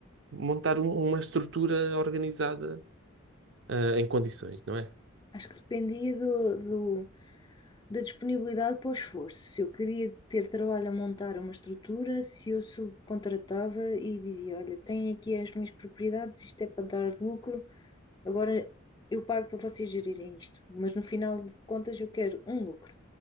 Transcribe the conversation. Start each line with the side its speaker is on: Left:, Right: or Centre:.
Right: montar um- uma estrutura organizada, ah, em condições, não é?
Left: acho que dependia do, do- da disponibilidade para o esforço. Se eu queria ter trabalho a montar uma estrutura, se eu subcontratava e dizia: Olha, tenho aqui as minhas propriedades, isto é para dar lucro, agora eu pago para vocês gerirem isto, mas no final de contas eu quero um lucro.